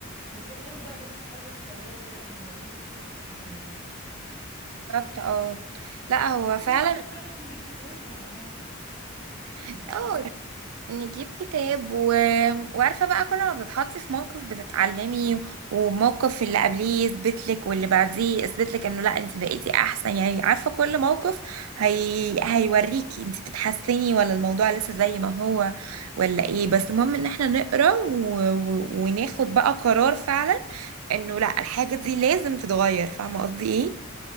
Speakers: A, on the left; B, on the right.
A: بس الحلو بقى ان انت تحاولي تطوري بقى من عيوبك دي وتحسنيها
B: بالظبط اه لا هو
A: ما احنا
B: فعلا
A: ممكن فعلا نجيب كتاب ولا نعمل ايه
B: اه
A: يساعدنا
B: نجيب كتاب و... وعارفة بقى كل ما بتتحطي في موقف بتتعلمي وموقف اللي قبليه يثبت لك واللي بعديه يثبت لك انه لا انت بقيتي احسن يعني عارفة كل موقف هي... هيوريكي انت بتتحسني ولا الموضوع لسه زي ما هو ولا ايه بس المهم ان احنا نقرا و... و... وناخد بقى قرار فعلا انه لا الحاجة دي لازم تتغير فاهمة قصدي ايه